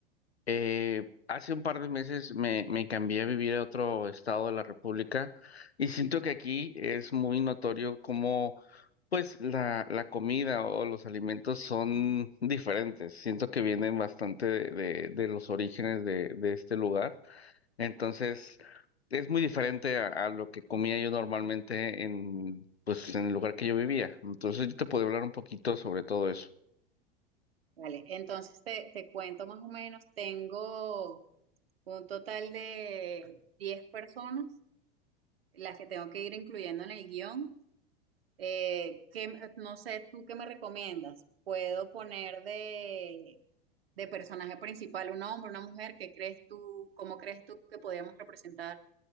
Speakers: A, on the left; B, on the right.
A: Eh, hace un par de meses me, me cambié a vivir a otro estado de la República y siento que aquí es muy notorio cómo pues la, la comida o los alimentos son diferentes. Siento que vienen bastante de, de- de los orígenes de, de este lugar. Entonces es muy diferente a, a lo que comía yo normalmente en pues en el lugar que yo vivía. Entonces yo te puedo hablar un poquito sobre todo eso.
B: Vale, entonces te, te cuento más o menos, tengo un total de 10 personas, las que tengo que ir incluyendo en el guión. Eh, ¿qué- no sé, ¿tú qué me recomiendas? ¿Puedo poner de, de personaje principal un hombre, una mujer? ¿Qué crees tú, cómo crees tú que podríamos representar,